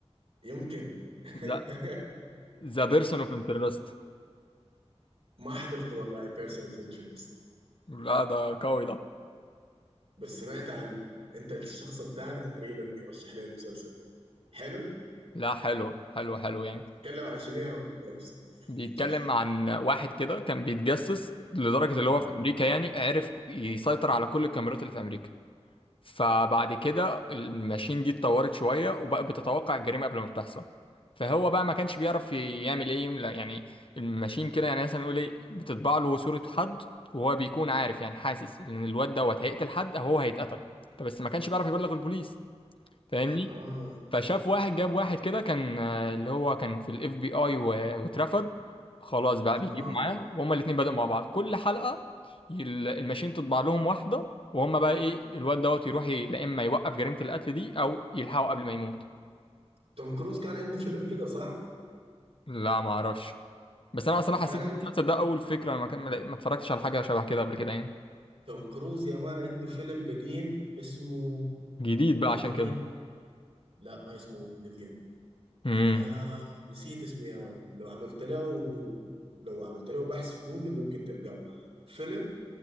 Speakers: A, on the right; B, on the left.
A: يمكن <laughs>
B: لا ذا بيرسون اوف انترست
A: ما حضرت والله بيرسون اوف انترست
B: لا ده قوي ده
A: بس سمعت عن انت الشخص الثاني تقريبا يرشح لي المسلسل حلو
B: لا حلو حلو حلو يعني
A: بيتكلم عن شنو يا بيرسون اوف
B: بيتكلم
A: انترست
B: عن واحد كده كان بيتجسس لدرجة اللي
A: اها
B: هو في امريكا يعني عرف يسيطر على كل الكاميرات اللي في امريكا فبعد كده الماشين دي اتطورت شوية وبقى بتتوقع الجريمة قبل ما بتحصل فهو بقى ما كانش بيعرف يعمل ايه لا، يعني الماشين كده يعني مثلا نقول ايه بتطبع له صورة حد وهو بيكون عارف يعني حاسس ان الواد دوت هيقتل حد او هو هيتقتل فبس ما كانش بيعرف يبلغ البوليس فاهمني
A: اها
B: فشاف واحد جاب
A: اوكي
B: واحد كده كان آه، اللي هو كان في الاف بي اي واترفض خلاص بقى
A: تمام
B: بيجيبوا معاه وهما الاتنين بدأوا مع بعض كل حلقة ال- الماشين تطبع لهم واحدة وهما بقى ايه الواد دوت يروح ي- لا اما يوقف جريمة القتل دي او يلحقه قبل ما يموت
A: توم كروز كان عنده فيلم كده صح؟
B: لا ما اعرفش بس انا اصلا حسيت
A: كان عن-
B: ان المسلسل ده اول فكرة انا ما كان- ما اتفرجتش على حاجة شبه كده قبل كده يعني
A: توم كروز يا مان عنده فيلم قديم اسمه
B: جديد
A: اوبليفيان
B: بقى عشان كده
A: لا ما اسمه اوبليفيان
B: امم
A: آه نسيت اسمه يا مان لو عملت له لو عملت له بحث في جوجل ممكن تلقاه فيلم